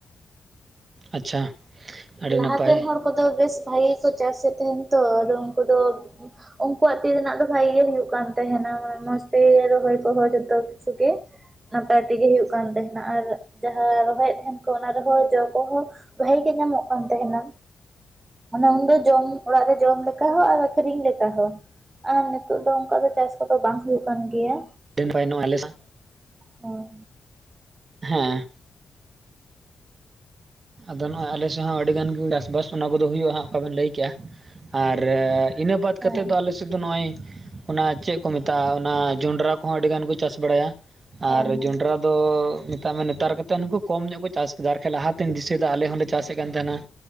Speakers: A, on the right (about 40°); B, on the right (about 25°).
A: ᱟᱪᱪᱷᱟ᱾ ᱟᱹᱰᱤ ᱱᱟᱯᱟᱭ
B: ᱞᱟᱦᱟ ᱛᱮᱱ ᱦᱚᱲ ᱠᱚᱫᱚ ᱵᱮᱥ ᱵᱷᱟᱜᱮ ᱜᱮᱠᱚ ᱪᱟᱥᱮᱜ ᱛᱟᱦᱮᱸᱱ ᱛᱚ ᱟᱫᱚ ᱩᱱᱠᱩ ᱫᱚ ᱩᱱᱠᱩᱣᱟᱜ ᱛᱤ ᱨᱮᱱᱟᱜ ᱫᱚ ᱵᱷᱟᱜᱮ ᱜᱮ ᱦᱩᱭᱩᱜ ᱠᱟᱱ ᱛᱟᱦᱮᱱᱟ ᱢᱟᱱᱮ ᱢᱚᱸᱡᱽ ᱛᱮ ᱨᱚᱦᱚᱭ ᱠᱚᱦᱚᱸ ᱡᱚᱛᱚ ᱠᱤᱪᱷᱩ ᱜᱮ᱾ ᱱᱟᱯᱟᱭ ᱛᱮᱜᱮ ᱦᱩᱭᱩᱜ ᱠᱟᱱ ᱛᱟᱦᱮᱱᱟ ᱟᱨ ᱡᱟᱦᱟᱸ ᱨᱚᱦᱚᱭᱮᱫ ᱛᱟᱦᱮᱸᱱ ᱠᱚ ᱚᱱᱟ ᱨᱮᱦᱚᱸ ᱡᱚ ᱠᱚᱦᱚᱸ ᱵᱷᱟᱜᱤ ᱜᱮ ᱧᱟᱢᱚᱜ ᱠᱟᱱ ᱛᱟᱦᱮᱱᱟ᱾ ᱚᱱᱮ ᱩᱱᱫᱚ ᱡᱚᱢ ᱚᱲᱟᱜ ᱨᱮ ᱡᱚᱢ ᱞᱮᱠᱟ ᱦᱚᱸ ᱟᱨ ᱟᱠᱷᱨᱤᱧ ᱞᱮᱠᱟ ᱦᱚᱸ, ᱟᱨ ᱱᱤᱛᱚᱜ ᱫᱚ ᱚᱱᱠᱟ ᱫᱚ ᱪᱟᱥ ᱠᱚᱫᱚ ᱵᱟᱝ ᱦᱩᱭᱩᱜ ᱠᱟᱱ ᱜᱮᱭᱟ᱾
A: <unintelligible> ᱟᱞᱮ ᱥᱟ
B: ᱦᱮᱸ
A: ᱦᱮᱸ, ᱟᱫᱚ ᱱᱚᱜ-ᱚᱭ ᱟᱞᱮ ᱥᱮᱜ ᱦᱚᱸ ᱟᱹᱰᱤ ᱜᱟᱱ ᱜᱮ ᱪᱟᱥᱵᱟᱥ ᱚᱱᱟ ᱠᱚᱫᱚ ᱦᱩᱭᱩᱜ-ᱟ ᱦᱟᱜ ᱚᱠᱟ ᱵᱮᱱ ᱞᱟᱹᱭ ᱠᱮᱜ-ᱟ ᱾ᱟᱨ ᱤᱱᱟᱹ ᱵᱟᱫ
B: ᱦᱮᱸ
A: ᱠᱟᱛᱮᱫ ᱫᱚ ᱟᱞᱮ, ᱥᱮᱫ ᱫᱚ ᱱᱚᱜ-ᱚᱭ ᱚᱱᱟ ᱪᱮᱜ ᱠᱚ ᱢᱮᱛᱟᱜ-ᱟ, ᱚᱱᱟ ᱡᱚᱱᱰᱨᱟ ᱠᱚᱦᱚᱸ ᱟᱹᱰᱤ ᱜᱟᱱ ᱠᱚ ᱪᱟᱥ ᱵᱟᱲᱟᱭᱟ᱾
B: ᱦᱮᱸ
A: ᱟᱨ
B: ᱦᱮᱸ
A: ᱡᱚᱱᱰᱨᱟ ᱫᱚ ᱢᱮᱛᱟᱜ ᱢᱮ ᱱᱮᱛᱟᱨ ᱠᱟᱛᱮᱫ ᱱᱩᱠᱩ ᱠᱚᱢ ᱧᱚᱜ ᱠᱚ ᱪᱟᱥ ᱠᱮᱫᱟ, ᱟᱨ ᱠᱷᱟᱡ ᱞᱟᱦᱟ ᱛᱮᱱ ᱫᱤᱥᱟᱹᱭᱮᱫᱟ ᱟᱞᱮ ᱦᱚᱸᱞᱮ ᱪᱟᱥᱮᱜ ᱠᱟᱱ ᱛᱟᱦᱮᱱᱟ,